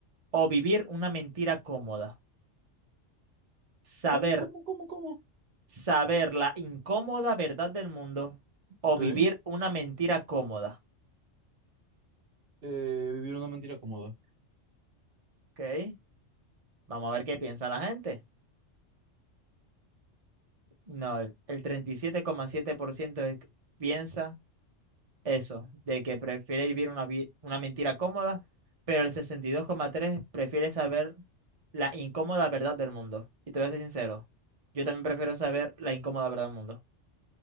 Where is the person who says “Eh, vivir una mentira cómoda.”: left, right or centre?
Right